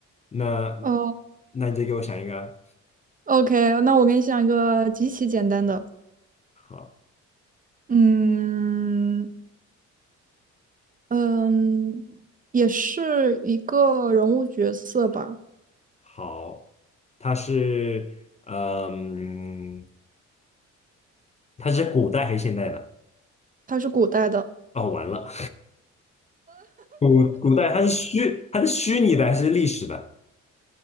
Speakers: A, on the left; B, on the right.
A: 那
B: 哦
A: 那你再给我想一个啊
B: ，OK，那我给你想一个极其简单的，
A: 好，
B: 嗯嗯，也是一个人物角色吧，
A: 好，它是嗯，它是古代还是现代的？
B: 他是古代的，
A: 哦，完了，古古代它是虚它是虚拟的还是历史的？